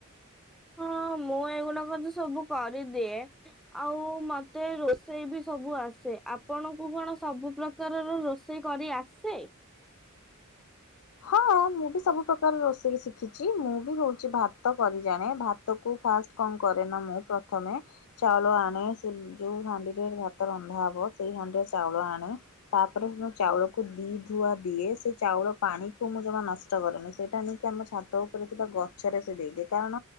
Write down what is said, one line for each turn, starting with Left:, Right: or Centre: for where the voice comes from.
Centre: ହଁ ମୁଁ ଏଇଗୁଡାକ ତ ସବୁ କରିଦିଏ। ଆଉ ମତେ ରୋଷେଇ ବି ସବୁ ଆସେ ଆପଣଙ୍କୁ କଣ ସବୁ ପ୍ରକାର ରୋଷେଇ କରି ଆସେ?
Left: ହଁ। ମୁଁ ବି ସବୁ ପ୍ରକାର ରୋଷେଇ ଶିଖିଛି ମୁଁ ବି ହଉଛି ଭାତ କରି ଜାଣେ ଭାତକୁ ଫାଷ୍ଟ କଣ କରେ ନା ମୁଁ ପ୍ରଥମେ ଚାଉଳ ଆଣେ ସେ ଯଉ ହାଣ୍ଡିରେ ଭାତ ରନ୍ଧା ହବ ସେଇ ହାଣ୍ଡିରେ ଚାଉଳ ଆଣେ ତାପରେ ସେ ଚାଉଳକୁ ଦି ଧୁଆ ଦିଏ ସେ ଚାଉଳ ପାଣିକୁ ମୁଁ ଜମା ନଷ୍ଟ କରେନି ସେଇଟା ନେଇକି ଆମ ଛାତ ଉପରେ ଥିବା ଗଛରେ ସେ ଦେଇଦିଏ କାରଣ